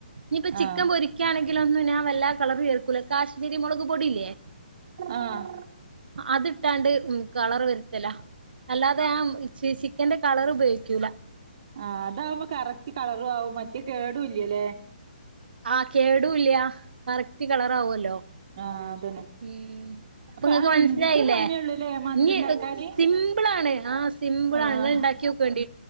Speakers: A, on the right; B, on the right.
A: ഇനിയിപ്പ ചിക്കൻ
B: ആ
A: പൊരി - എനിക്കാണെങ്കിലോഒന്നും നാൻ വല്ലാ കളറെ ചേർക്കൂല്ല കാശ്മീരി മുളക് പൊടിയില്ലേ
B: ആഹ്
A: അത് ഇട്ടാണ്ട് ഉം കളർ വര് - ല്ല അല്ലാതെ ആ ചിക്കന്റെ കളറ് ഉപയോഗിക്കൂല
B: ആഹ് അതാവുമ്പോ കറക്റ്റ് കളറും ആവും മറ്റേ കേടുല്ലല്ലേ
A: ആഹ് കേടൂല്ല കറക്റ്റ് കളറാവൂല്ലോ
B: ആഹ് അതന്നെ
A: ഉം അപ്പൊ നിങ്ങൾക്ക്
B: ആ
A: മനസ്സിലായില്ലേ
B: ഇത്ര പണിയള്ളൂല്ലേ മന്തി
A: ഇനി
B: ഉണ്ടാക്കാന്
A: സിമ്പിളാണ് ആഹ് സിമ്പിള്
B: ആഹ്
A: ആണ് ഇങ്ങൾ ഇണ്ടാക്കി നോക്കേണ്ടി